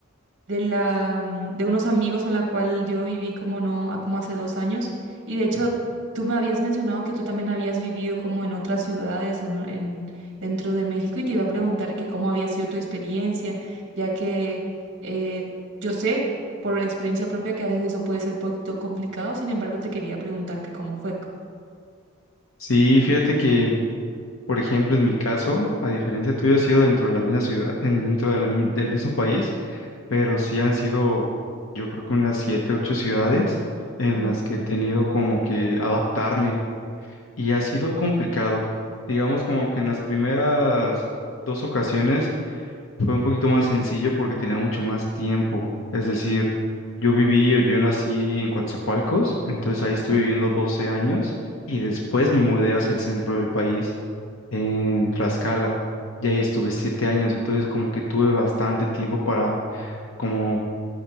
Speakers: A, on the right; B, on the left.
A: de la, mm, de unos amigos con la cual yo viví como no, a- como hace dos años. Y de hecho, tú me habías mencionado que tú también habías vivido como en otras ciudades en, o- en- dentro de México y te iba a preguntar que cómo había sido tu experiencia, ya que eh, yo sé por experiencia propia que a veces eso puede ser un poquito complicado, sin embargo, te quería preguntar que cómo fue.
B: Sí, fíjate que, por ejemplo, en mi caso, a diferencia tuyo, ha sido dentro de la misma ciudad, en, dentro de la mi- del mismo país, pero sí han sido, yo creo que unas siete, ocho ciudades en
A: Uf,
B: las que he tenido como que adaptarme y ha sido complicado. Digamos como que en las primeras dos ocasiones Fue un poquito más sencillo porque tenía mucho más tiempo. Es decir,
A: sí,
B: yo viví o yo nací en Coatzacoalcos, entonces ahí estuve
A: sí,
B: viviendo 12 años y después me mudé hacia el centro del país, en Tlaxcala, y ahí estuve 7 años, entonces como que tuve bastante tiempo para como